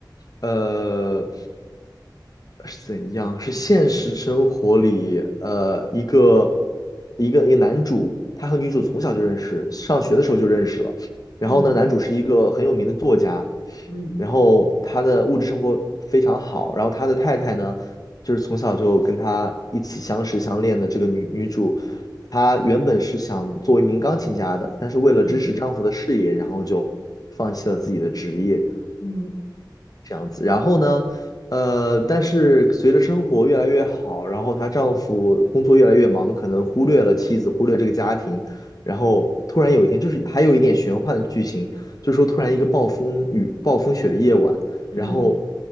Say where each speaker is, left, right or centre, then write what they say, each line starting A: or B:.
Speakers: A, on the left; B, on the left.
A: 呃是怎样？是现实生活里呃一个一个一个男主，他和女主从小就认识，上学的时候就认识了。然后呢，
B: 嗯
A: 男主是一个很有名的作家，
B: 嗯
A: 然后他的物质生活非常好，然后他的太太呢，就是从小就跟他一起相识相恋的这个女女主，她原本是想做一名钢琴家的，但是为了支持丈夫的事业，
B: 嗯
A: 然后就放弃了自己的职业。
B: 嗯
A: 这样子。然后呢，呃，但是随着生活越来越好，然后她丈夫工作越来越忙，可能忽略了妻子，忽略这个家庭。然后突然有一天，就是还有一点玄幻的剧情，就是说突然一个暴风雨、暴风雪的夜晚，
B: 嗯
A: 然后